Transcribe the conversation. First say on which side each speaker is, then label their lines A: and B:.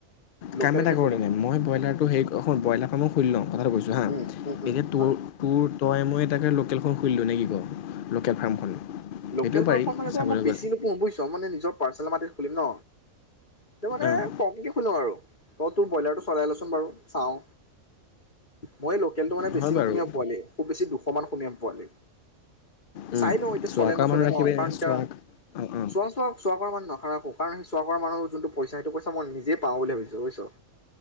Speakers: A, on the left; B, on the left.
A: লোকেলকে
B: কাম এটা কৰো
A: খুলিম
B: নেকি মই ব্ৰইলাৰটো সেই শুন ব্ৰইলাৰ ফ্ৰামো খুলি লওঁ কথাটো কৈছোঁ হা ল,
A: উম উম উম
B: এতিয়া তোৰ,
A: হয়
B: তোৰ তই মই এটাকে লোকেলখন খুলি দিওঁ নে কি ক'? লোকেল ফাৰ্মখন।
A: লোকেল
B: সেইটোও
A: মাংস
B: পাৰি
A: মানে ত'
B: চাবলৈ
A: মই বেছি
B: গ'লে
A: নুপুহো বুজিছ, মানে নিজৰ পাৰ্চেল মাটিত খুলিম ন? এইটো মানে
B: অঁ
A: কমকে শুনো আৰু। তই তোৰ ব্ৰইলাৰটো চলাই লচোন বাৰু চাওঁ। মই লোক লোকেলটো মানে বেছি
B: হয় বাৰু
A: <unintelligible> পোৱালী। খুব বেছি দুশমান <unintelligible> পোৱালী।
B: উম,
A: চাই লওঁ
B: চোৱা
A: চলে
B: কৰা
A: নচলে
B: মানুহ ৰাখিবি
A: নহয় কাৰণ এতিয়া
B: চোৱা অঁ অঁ
A: চোৱা-চোৱা-চোৱা কৰা মানুহ নাৰাখোঁ কাৰণ সেই চোৱা কৰা মানুৰ যোনটো পইচা সেইটো পইচা মই নিজে পাওঁ বুলি ভাবিছো বুজিছ।